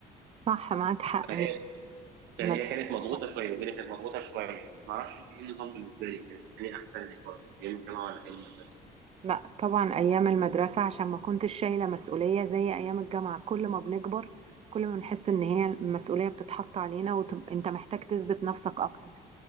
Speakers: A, on the right (about 40°); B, on the right (about 80°).
A: صح معاك حق
B: فهي
A: هي
B: بس يعني
A: المدرسة
B: هي كانت مضغوطة
A: صح.
B: شوية الدنيا كانت مضغوطة شوية معرفش انت ايه النظام بالنسبة لك كان ايه احسن لك برضه ايام الجامعة ولا ايام المدرسة
A: لا طبعا أيام المدرسة عشان ما كنتش شايلة مسؤولية زي أيام الجامعة كل ما بنكبر كل ما بنحس إن هي المسؤولية بتتحط علينا وتبقى أنت محتاج تثبت نفسك أكتر